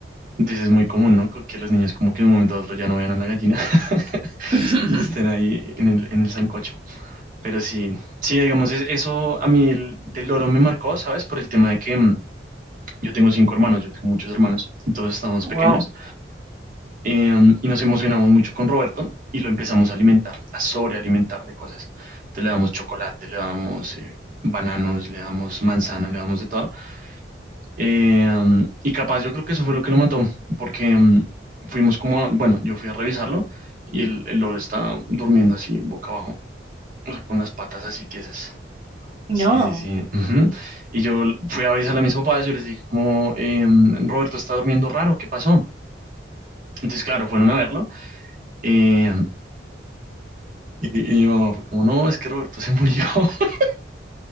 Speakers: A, on the right; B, on the right.
A: Entonces es muy común, ¿no? Que los niños como que de un momento a otro ya no vean a la gallina <laughs>
B: <laughs>
A: y estén ahí en el, en el sancocho. Pero sí, sí, digamos, es- eso a mí el- del loro me marcó, ¿sabes? Por el tema de que mm, yo tengo cinco hermanos, yo tengo muchos hermanos, todos estábamos
B: Wow.
A: pequeños. Em, y nos emocionamos mucho con Roberto y lo empezamos a alimentar, a sobrealimentar de cosas. Entonces le damos chocolate, le damos eh, bananos, le damos manzana, le damos de todo. Em, y capaz yo creo que eso fue lo que lo mató, porque em, fuimos como, a- bueno, yo fui a revisarlo y el, el loro estaba durmiendo así, boca abajo, o sea, con las patas así tiesas.
B: No,
A: Sí, sí, sí. ujú. Y yo fui a avisar a mis papás, yo les dije como, em, Roberto está durmiendo raro, ¿qué pasó? Entonces, claro, fueron a verlo. Eh, Y, y mi mamá fue como, no, es que Roberto se murió. <laughs>